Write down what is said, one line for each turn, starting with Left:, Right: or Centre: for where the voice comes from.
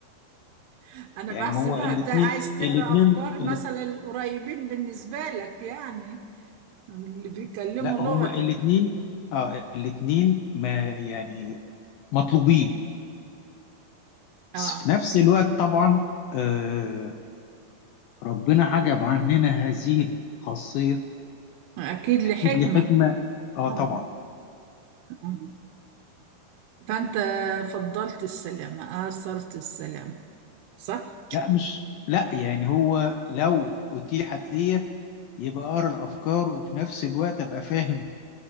Right: <laughs> أنا
Left: يعني
Right: بحسبها
Left: هو الاثنين
Right: ت- عايز تقرأ
Left: الاثنين
Right: أفكار
Left: الات...
Right: مثلا القريبين بالنسبة لك يعني اللي بيكلموا
Left: لا
Right: لغتك
Left: هما الاثنين اه الاثنين ما يعني مطلوبين بس
Right: آه
Left: في نفس الوقت طبعا آه ربنا حجب عننا هذه الخاصية
Right: أكيد لحكمة
Left: أكيد لحكمة
Right: <laughs>
Left: اه
Right: آه.
Left: طبعا
Right: آه. فأنت فضلت السلامة آثرت السلامة صح؟
Left: لا مش لا يعني هو لو أتيحت ليا يبقى أقرأ الأفكار وفي نفس الوقت أبقى فاهم